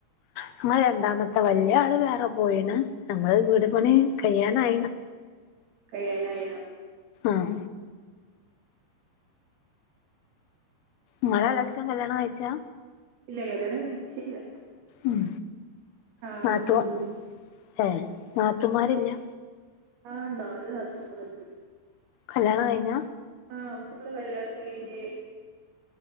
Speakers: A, on the left; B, on the right.
A: ന്നമ്മള് രണ്ടാമത്തെ വല്ല്യ ആള് വേറെ പോയിണ് ഞമ്മള വീട് പണി കയ്യാനായിണ്.
B: കയ്യാനായിണോ?
A: ആഹ്. ങ്ങളെ എളേച്ഛം കല്യാണം കയ്ചാ?
B: ഇല്ല്യാ കല്യാണം കയ്ഞ് ചില്ലാ.
A: ഉം, ന്നാത്തൂ
B: ആവണുള്ളൂ
A: ഏഹ് ന്നാത്തൂമാരില്ലാ?
B: ആഹ് ന്നാല് ന്നാത്തൂമാര്ണ്ട്.
A: കല്യാണം കയ്ഞ്ഞാ?
B: ആഹ് ഫുള്ള് കല്യാണം കയ്ഞ്ഞ്.